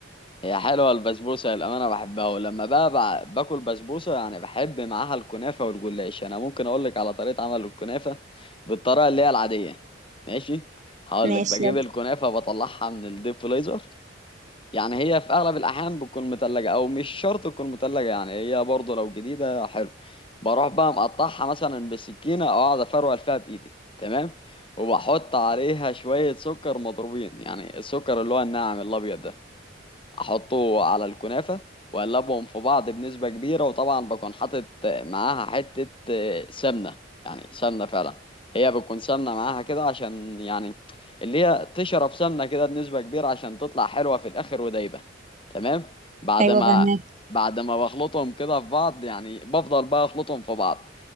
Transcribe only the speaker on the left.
هي حلوة البسبوسة للأمانة بحبها ولما بقى, بقى باكل بسبوسة يعني بحب معاها الكنافة والجلاش أنا ممكن أقولك على طريقة عمل الكنافة بالطريقة اللي هي العادية ماشي هقولك
بجيب
الكنافة بطلعها من الديب فريزر يعني هي في أغلب الأحيان بتكون متلجة أو مش شرط تكون متلجة يعني هي برضه لو جديدة حلو بروح بقى مقطعها مثلا بسكينة أو أقعد أفرول فيها بإيدي تمام وبحط عليها شوية سكر مضروبين يعني السكر اللي هو الناعم الأبيض ده احطه على الكنافه واقلبهم في بعض بنسبه كبيره وطبعا بكون حاطط معاها حته آه، سمنه يعني سمنه فعلا هي بتكون سمنه معاها كده عشان يعني اللي هي تشرب سمنه كده بنسبه كبيره عشان تطلع حلوه في الاخر ودايبه تمام بعد
ما
بعد ما بخلطهم كده في بعض يعني بفضل بقى اخلطهم في بعض